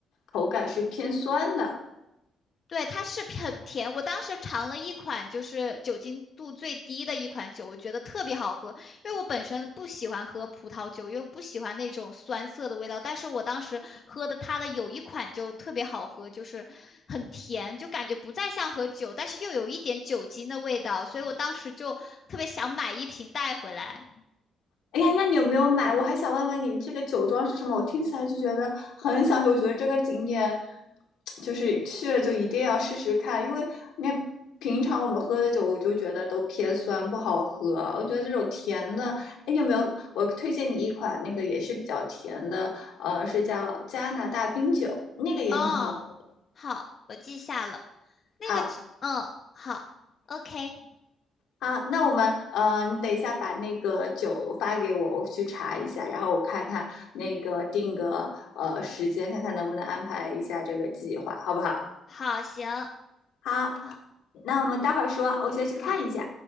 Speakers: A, on the left (about 80°); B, on the left (about 50°).
A: 口感是偏酸的。
B: 对，它是很甜。我当时尝了一款，就是酒精度最低的一款酒，我觉得特别好喝。因为我本身不喜欢喝葡萄酒，因为我不喜欢那种酸涩的味道。但是我当时喝的它的有一款就特别好喝，就是很甜，就感觉不再像喝酒，但是又有一点酒精的味道。所以我当时就特别想买一瓶带回来。
A: 哎呀，那你有没有买？我还想问问你，这个酒庄是什么？我听起来就觉得很享受，我觉得这个景点就是去了就一定要试试看，因为那平常我们喝的酒，我就觉得都偏酸不好喝。我觉得这种甜的，哎，你有没有？我推荐你一款那个也是比较甜的，呃，是叫加拿大冰酒，那个也很好喝。
B: 嗯，好，我记下了。那个酒，
A: 好。
B: 嗯，好，OK，
A: 好，那我们呃，你等一下把那个酒发给我，我去查一下，然后我看看那个定个呃时间，看看能不能安排一下这个计划，好不好？
B: 好，行，
A: 好，
B: 好，
A: 那我们待会儿说，我先去看一下。
B: 好。